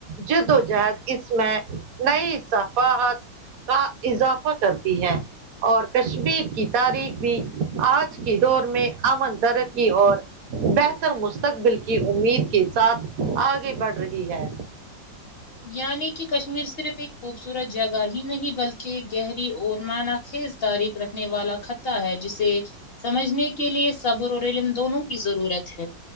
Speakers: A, on the right; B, on the left.
A: جدوجہد اس میں نئی صفاحت کا اضافہ کرتی ہے اور کشمیر کی تاریخ بھی آج کے دور میں امن ترقی اور بہتر مستقبل کی امید کے ساتھ آگے بڑھ رہی ہے
B: یعنی کہ کشمیر صرف ایک خوبصورت جگہ ہی نہیں بل کہ گہری اور معان خیز تاریخ رکھنے والا خطہ ہے جسے سمجھنے کے لیے صبر اور علم دونوں کی ضرورت ہے